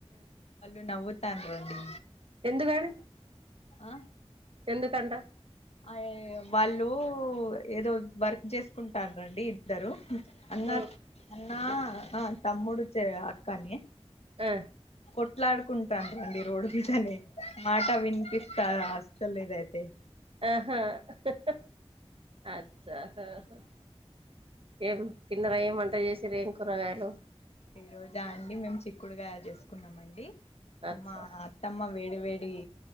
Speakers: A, on the left; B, on the right.
A: వాళ్ళు నవ్వుతాండ్రండి.
B: ఎందుగని
A: ఆ
B: ఎందు తంట
A: అయ్యేయో వాళ్ళు ఏదో వర్క్ చేసుకుంటారండి ఇద్దరు. అన్నా
B: ఆ
A: అన్నా నా తమ్ముడు చె అక్కని
B: ఆ
A: కొట్లాడుకుంటాండ్రి ఇ రోడ్ మీదనే మాట వినిపిస్తా అస్ లేదైతే
B: ఆహా హహ అచ్చా హాహా ఏం తిన్నరా ఏం వంట చేసిరి. ఏం కూరగాయలు?
A: ఈ రోజా అండి మేము చిక్కుడుకాయ చేసుకున్నామ అండి
B: అచ్చా
A: మా అత్తమ్మ వేడి నీ వేడి